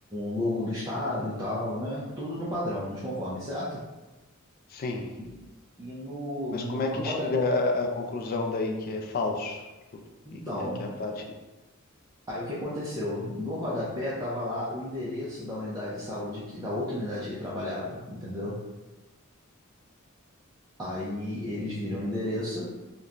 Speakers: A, on the right; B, on the left.
A: o logo do estado e tal, né? Tudo no padrão, nos conformes, certo?
B: sim.
A: E, e no,
B: Mas como
A: no
B: é que
A: rodapé.
B: chega à à conclusão daí que é falso? Que, eu-
A: Então,
B: e que, é, que é a parte.
A: aí o que aconteceu? No rodapé tava lá o endereço da unidade de saúde, que- da outra unidade que ele trabalhava, entendeu? Aí eles viram o endereço